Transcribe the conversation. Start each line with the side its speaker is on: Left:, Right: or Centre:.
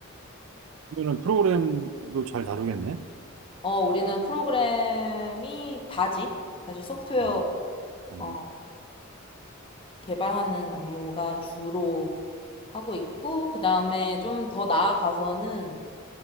Right: 그러면 프로그램도 잘 다루겠네?
Left: 어, 우리는 프로그램이 다지. 사실 소프트웨어
Right: 아, 아.
Left: 어, 개발하는 업무가 주로 하고 있고, 그 다음에 좀 더 나아가서는